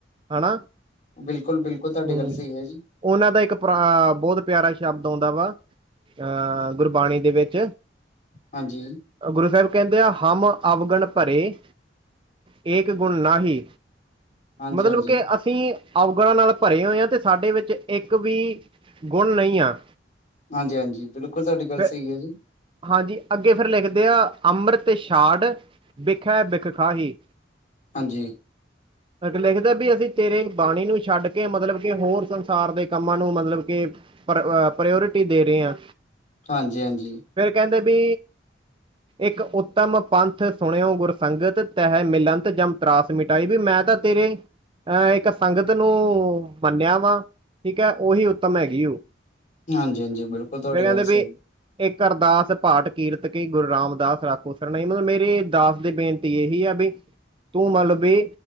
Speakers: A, on the right (about 30°); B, on the left (about 40°).
A: ਹਨਾ।
B: ਬਿਲਕੁਲ- ਬਿਲਕੁਲ ਤੁਹਾਡੀ
A: ਹੂੰ
B: ਗੱਲ ਸਹੀ ਹੈ ਜੀ।
A: ਉਹਨਾਂ ਦਾ ਇੱਕ ਪੁਰਾਣਾ ਬੋਤ ਪਿਆਰਾ ਸ਼ਬਦ ਆਉਂਦਾ ਵਾ। ਅ ਗੁਰਬਾਣੀ ਦੇ ਵਿੱਚ।
B: ਹਾਂਜੀ।
A: ਗੁਰੂ ਸਾਹਿਬ ਕਹਿੰਦੇ ਆ ਹਮ ਅਵਗਣ ਭਰੇ, ਏਕ ਗੁਣ ਨਾ ਹੀ।
B: ਹਾਂਜੀ-ਹਾਂਜੀ,
A: ਮਤਲਬ ਕੇ ਅਸ- ਅਸੀਂ ਅਵਗੁਣਾ ਨਾਲ ਭਰੇ ਹੋਏ ਹਾਂ ਤੇ ਸਾਡੇ ਵਿੱਚ ਇੱਕ ਵੀ ਗੁਣ ਨਹੀਂ ਆ।
B: ਹਾਂਜੀ- ਹਾਂਜੀ ਬਿਲਕੁਲ ਤੁਹਾਡੀ ਗੱਲ
A: ਫਿਰ
B: ਸਹੀ ਹੈ ਜੀ।
A: ਹਾਂਜੀ ਅੱਗੇ ਫੇਰ ਲਿਖਦੇ ਆ, ਅੰਮ੍ਰਿਤ ਛਾਡ- ਬਿੱਖ ਹੈ ਬਿੱਖ ਖਾਹੀ।
B: ਹਾਂਜੀ।
A: ਲਿਖਦਾ ਵੀ ਅਸੀਂ ਤੇਰੇ ਬਾਣੀ ਨੂੰ ਛੱਡ ਕੇ ਮਤਲਬ ਕਿ ਹੋਰ ਸੰਸਾਰ ਦੇ ਕੰਮਾਂ ਨੂੰ ਮਤਲਬ ਕੇ, ਪਰ ਪ੍ਰਿਓਰਿਟੀ ਦੇ ਰਹੇ ਹਾਂ।
B: ਹਾਂਜੀ- ਹਾਂਜੀ।
A: ਫੇਰ ਕਹਿੰਦੇ ਵੀ ਇੱਕ ਉਤਮ ਪੰਥ ਸੁਣਿਓ ਗੁਰਸੰਗਤ ਤਹਿ ਮਿਲੰਤ ਜਮ- ਤਰਾਸ ਮਿਟਾਈ, ਵੀ ਮੈਂ ਤਾਂ ਤੇਰੇ ਅਹ ਇੱਕ ਸੰਗਤ ਨੂੰ ਮੰਨਿਆ ਵਾ ਠੀਕ ਹੈ ਉਹੀ ਉੱਤਮ ਹੈਗੀ ਉਹ।
B: ਹਾਂਜੀ-ਹਾਂਜੀ ਬਿਲਕੁਲ ਤੁਹਾਡੀ
A: ਫਿਰ ਕਹਿੰਦੇ
B: ਗੱਲ ਸਹੀ।
A: ਵੀ ਇੱਕ ਅਰਦਾਸ ਪਾਟ ਕੀਰਤ ਕੀ ਗੁਰੂ ਰਾਮਦਾਸ ਰਾਖੁ ਸਰਨਾਈ।। ਮਤਲਬ ਮੇਰੇ ਦਾਸ ਦੀ ਬੇਨਤੀ ਇਹੀ ਆ ਵੀ। ਤੂੰ ਮਤਲਬ ਵੀ